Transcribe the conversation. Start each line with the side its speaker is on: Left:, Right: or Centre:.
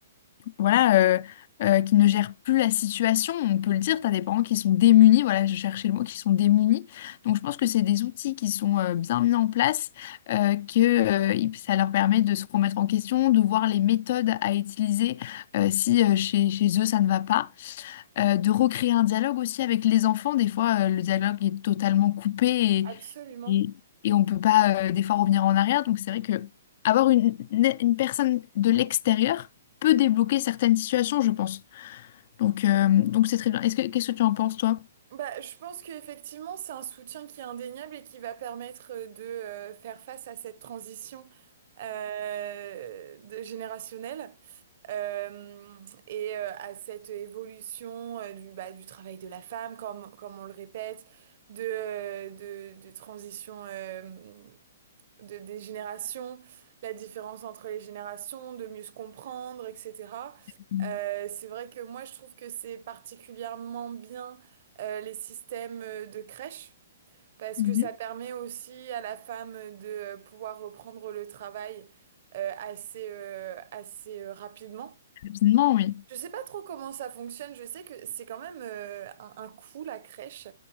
Left: voilà, euh, euh, qui ne gèrent plus la situation. On peut le dire, tu as des parents qui sont démunis, voilà, je cherchais le mot, qui sont démunis. Donc je pense que c'est des outils qui sont euh, bien mis en place, euh, que euh, il- ça leur permet de se remettre en question, de voir les méthodes à utiliser euh, si euh, chez, chez eux ça ne va pas euh, de recréer un dialogue aussi avec les enfants. Des fois, euh, le dialogue est totalement coupé
Right: Absolument.
Left: et, et, et on ne peut pas, euh, des fois, revenir en arrière. Donc, c'est vrai que avoir une, une une personne de l'extérieur peut débloquer certaines situations, je pense. Donc, euh, donc c'est très bien. Est-ce que, qu'est-ce que tu en penses, toi?
Right: Bah, je pense qu'effectivement, c'est un soutien qui est indéniable et qui va permettre euh, de euh, faire face à cette transition euh, de- générationnelle euh, et euh, à cette évolution euh, du, bah, du travail de la femme, comme, comme on le répète, de, euh, de, de transition. euh, de, des générations, la différence entre les générations, de mieux se comprendre, etc.
Left: Mhm.
Right: Euh, c'est vrai que moi, je trouve que c'est particulièrement bien euh, les systèmes euh, de crèche, parce
Left: Mhm.
Right: que ça permet aussi à la femme de euh, pouvoir reprendre le travail euh, assez, euh, assez euh, rapidement.
Left: Absolument, oui.
Right: Je sais pas trop comment ça fonctionne, je sais que c'est quand même euh, un, un coût la crèche.